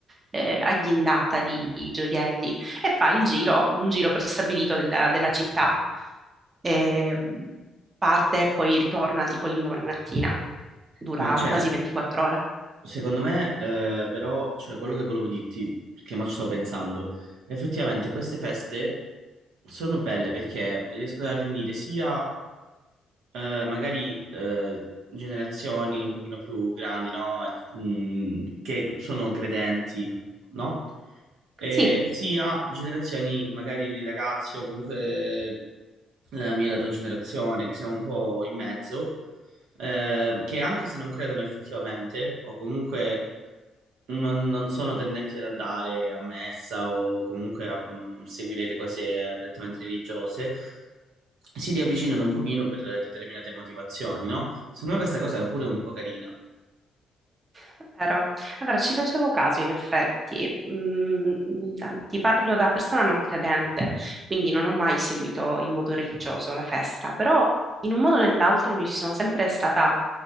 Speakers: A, on the right (about 30°); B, on the right (about 80°).
A: eh, agghindata di gioielli, e fa il giro, un giro prestabilito della, della città. Ehm, parte e poi ritorna tipo l'indomani mattina. Dura
B: Ma cioè,
A: quasi 24 ore.
B: secondo me, eh, però, cioè, quello che volevo dirti, perché mo ci sto pensando, effettivamente queste feste sono belle perché riescono a riunire sia eh, magari eh, generazioni un pochino più grandi, no? Mm, che sono credenti, no? E
A: Sì,
B: sia generazioni magari di ragazzi o comunque la mia e la tua generazione, che siamo un po' in mezzo eh, che anche se non credono effettivamente, o comunque non, non sono tendenti ad andare a messa o comunque a mm, seguire le cose eh, prettamente religiose, si riavvicinano un pochino per determinate motivazione, no? Secondo me questa cosa è pure un po' carina.
A: È vero, è vero, ci facevo caso in effetti. Mm, mm, ti parlo da persona non credente, quindi non ho mai seguito in modo religioso la festa, però in un modo o nell'altro mi ci sono sempre stata